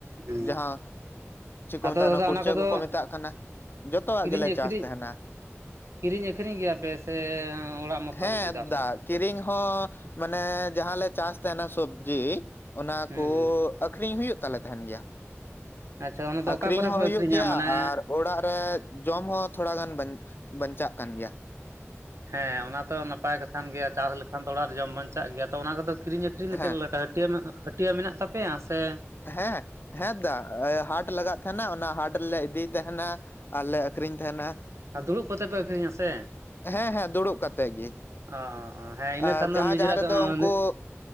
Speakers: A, on the right; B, on the left.
A: ᱦᱩᱸ
B: ᱡᱟᱦᱟᱸ ᱪᱮᱫ ᱠᱚ
A: ᱟᱫᱚ
B: ᱢᱮᱛᱟᱜ ᱠᱟᱱᱟ
A: ᱫᱟᱫᱟ
B: ᱠᱩᱲᱪᱟᱹ
A: ᱚᱱᱟ ᱠᱚᱫᱚ
B: ᱠᱚᱠᱚ ᱢᱮᱛᱟᱜ ᱠᱟᱱᱟ ᱡᱚᱛᱚᱣᱟᱜ
A: ᱠᱤᱨᱤᱧ
B: ᱜᱮᱞᱮ
A: ᱟᱹᱠᱷᱨᱤᱧ
B: ᱪᱟᱥ ᱛᱟᱦᱮᱱᱟ
A: ᱠᱤᱨᱤᱧ ᱟᱠᱷᱨᱤᱧ ᱜᱮᱭᱟᱯᱮ ᱥᱮ ᱚᱲᱟᱜ ᱢᱚᱛᱚ
B: ᱦᱮᱸ
A: ᱜᱮᱯᱮ ᱪᱟᱥᱟ
B: ᱫᱟ ᱠᱤᱨᱤᱧ ᱦᱚᱸ ᱢᱟᱱᱮ ᱡᱟᱦᱟᱸ ᱞᱮ ᱪᱟᱥ ᱛᱟᱦᱮᱱᱟ ᱥᱚᱵᱡᱤ ᱚᱱᱟ
A: ᱦᱩᱸ
B: ᱠᱚ
A: ᱦᱩᱸ
B: ᱟᱠᱷᱨᱤᱧ ᱦᱩᱭᱩᱜ ᱛᱟᱞᱮ ᱛᱟᱦᱮᱱ ᱜᱮᱭᱟ
A: ᱟᱪᱪᱷᱟ ᱚᱱᱟ ᱫᱚ
B: ᱟᱠᱷᱨᱤᱧ
A: ᱚᱠᱟ ᱠᱚᱨᱮ
B: ᱦᱚᱸ
A: ᱯᱮ
B: ᱦᱩᱭᱩᱜ
A: ᱟᱹᱠᱷᱨᱤᱧᱟ
B: ᱜᱮᱭᱟ
A: ᱢᱟᱱᱮ
B: ᱟᱨ ᱚᱲᱟᱜ ᱨᱮ ᱡᱚᱢ ᱦᱚᱸ ᱛᱷᱚᱲᱟ ᱜᱟᱱ ᱵᱟᱧᱪᱟᱜ ᱠᱟᱱ ᱜᱮᱭᱟ
A: ᱦᱮᱸ ᱚᱱᱟᱛᱚ ᱱᱟᱯᱟᱭ ᱠᱟᱛᱷᱟ ᱠᱟᱱ ᱜᱮᱭᱟ ᱪᱟᱥ ᱞᱮᱠᱷᱟᱱ ᱛᱚ ᱚᱲᱟᱜ ᱨᱮ ᱡᱚᱢ ᱵᱟᱧᱪᱟᱜ ᱜᱮᱭᱟ ᱛᱚ ᱚᱱᱟ ᱠᱚᱫᱚ ᱠᱤᱨᱤᱧ ᱟᱹᱠᱷᱨᱤᱧ ᱫᱚ
B: ᱦᱮᱸ
A: ᱪᱮᱫ ᱞᱮᱠᱟ ᱦᱟᱹᱴᱤᱭᱟᱹᱟᱹ ᱦᱟᱹᱴᱤᱭᱟᱹᱟᱹ ᱢᱮᱱᱟᱜ ᱛᱟᱯᱮᱭᱟ ᱥᱮ
B: ᱦᱮᱸ ᱦᱮᱸ ᱫᱟ ᱦᱟᱴ ᱞᱟᱜᱟᱜ ᱛᱷᱟᱦᱮᱱᱟ ᱚᱱᱟ ᱦᱟᱴ ᱨᱮᱞᱮ ᱤᱫᱤᱭ ᱛᱟᱦᱮᱱᱟ ᱟᱨᱞᱮ ᱟᱹᱠᱷᱨᱤᱧ ᱛᱟᱦᱮᱱᱟ
A: ᱟᱨ ᱫᱩᱲᱩᱵ ᱠᱟᱛᱮ ᱯᱮ ᱟᱹᱠᱷᱨᱤᱧᱟ ᱥᱮ
B: ᱦᱮᱸ ᱦᱮᱸ ᱫᱩᱲᱩᱵ ᱠᱟᱛᱮ ᱜᱮ
A: ᱚ ᱦᱮᱸ ᱤᱱᱟᱹ
B: ᱟᱨ
A: ᱠᱷᱟᱱ ᱫᱚ
B: ᱡᱟᱦᱟᱸ
A: ᱱᱤᱡᱮᱨᱟᱜ
B: ᱡᱟᱦᱟᱸ ᱨᱮᱫᱚ
A: ᱦᱩᱸ
B: ᱩᱱᱠᱩ